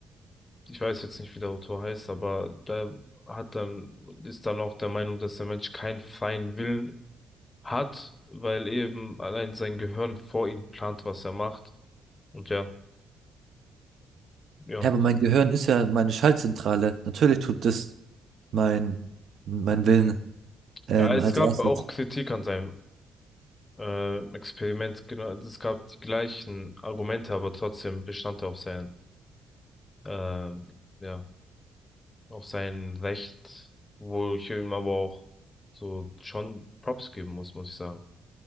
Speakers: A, on the left; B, on the right.
A: ich weiß jetzt nicht, wie der Autor heißt, aber da hat dann, ist dann auch der Meinung, dass der Mensch keinen freien Willen hat, weil eben allein sein Gehirn vor ihm plant, was er macht. Und ja, ja.
B: Ja, aber mein Gehirn ist ja meine Schaltzentrale. Natürlich tut das mein, mein Willen ähm,
A: Ja, es
B: als
A: gab
B: erstes.
A: auch Kritik an seinem äh, Experiment, genau, es gab die gleichen Argumente, aber trotzdem bestand er auf seinen, ähm, ja. auf sein Recht, wo ich ihm aber auch so schon Props geben muss, muss ich sagen.